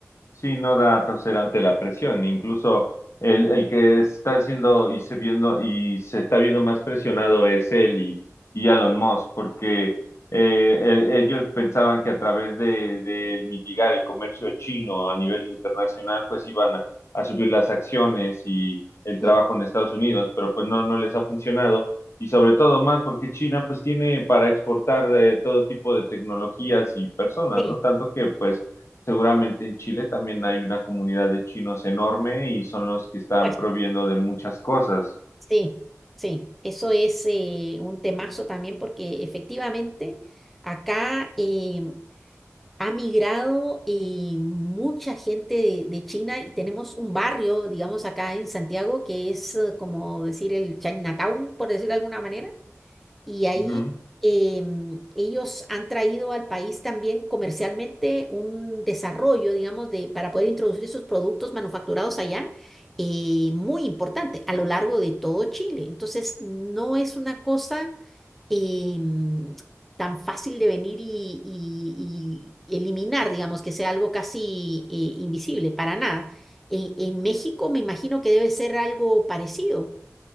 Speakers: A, on the left; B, in the centre.
A: Sí, no da a torcer ante la presión. Incluso el, el que está haciendo y se viendo y se está viendo más presionado es él y, y Elon Musk, porque eh, e- ellos pensaban que a través de, de mitigar el comercio chino a nivel internacional, pues iban a, a subir las acciones y el trabajo
B: Mm.
A: en Estados Unidos, pero pues no, no les ha funcionado. Y sobre todo más porque China pues tiene para exportar eh, todo tipo de tecnologías y personas,
B: Sí,
A: ¿no? Tanto que pues Seguramente en Chile también hay una comunidad de chinos enorme y son los que están
B: pues
A: proviendo de muchas cosas.
B: sí, sí, eso es eh, un temazo también porque efectivamente acá, eh, ha migrado eh, mucha gente de, de China y tenemos un barrio, digamos, acá en Santiago, que es eh, como decir el Chinatown, por decir de alguna manera, y ahí
A: Ujú.
B: em, ellos han traído al país también comercialmente un desarrollo, digamos, de, para poder introducir sus productos manufacturados allá. eh, muy importante a lo largo de todo Chile. Entonces, no es una cosa eh, mm, tan fácil de venir y, y- y eliminar, digamos, que sea algo casi eh, invisible, para nada. En, en México me imagino que debe ser algo parecido.